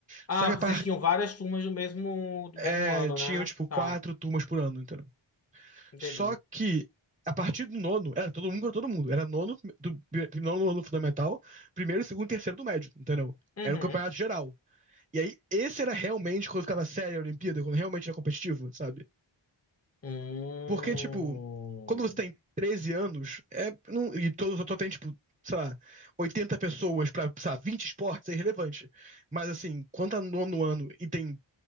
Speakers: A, on the left; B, on the right.
A: Ah,
B: Só que a
A: vocês
B: par...
A: tinham várias turmas do mesmo do
B: é,
A: mesmo ano,
B: tinham,
A: né?
B: tipo, quatro
A: Tá,
B: turmas por ano, entendeu?
A: entendi.
B: Só que a partir do nono, era todo mundo contra todo mundo. Era nono, do, nono ano fundamental, primeiro, segundo, terceiro do médio, entendeu?
A: Uhum.
B: Era o campeonato geral. E aí, esse era realmente quando ficava séria a Olimpíada, quando realmente era competitivo, sabe?
A: Hum.
B: Porque, tipo, quando você tem 13 anos, é, não- e todo, só tem, tipo, sei lá, 80 pessoas pra, sei lá, 20 esportes, é irrelevante. Mas, assim, quando tá no nono ano e tem